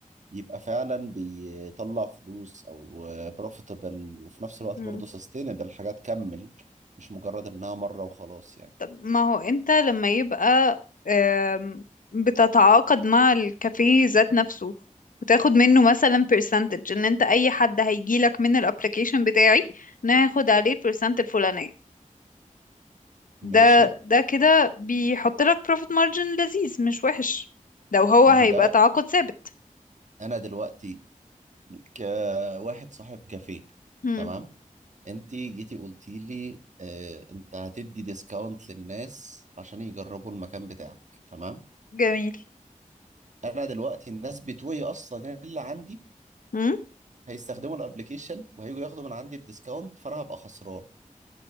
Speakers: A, on the right; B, on the left.
A: يبقى فعلا بيطلع فلوس او بروفيتبل وفي نفس الوقت
B: مم.
A: برضه سستينبل حاجه تكمل مش مجرد انها مره وخلاص يعني
B: طب ما هو انت لما يبقى آم، بتتعاقد مع الكافيه ذات نفسه وتاخد منه مثلا percentage ان انت اي حد هيجيلك من الابليكيشن بتاعي ناخد عليه البرسنت الفلانية ده
A: ماشي
B: ده كده بيحط لك profit margin لذيذ مش وحش لو هو
A: ما
B: هيبقى
A: هو ده
B: تعاقد ثابت
A: انا دلوقتي كواحد صاحب كافيه
B: مم.
A: تمام انت جيتي قلتي لي اه انت هتدي ديسكاونت للناس عشان يجربوا المكان بتاعك تمام
B: جميل
A: انا دلوقتي الناس بتوعي اصلا اللي عندي
B: مم.
A: هيستخدموا الابليكيشن وهيجوا ياخدوا من عندي الديسكاونت فانا هبقى خسران